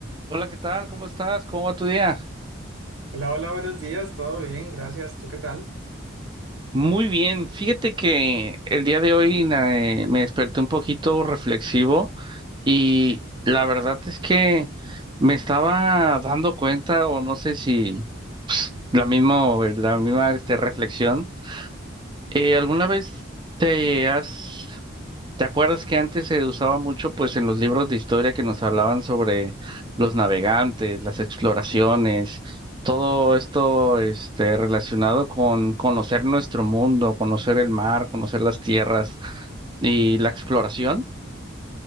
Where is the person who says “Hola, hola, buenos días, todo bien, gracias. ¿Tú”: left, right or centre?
Right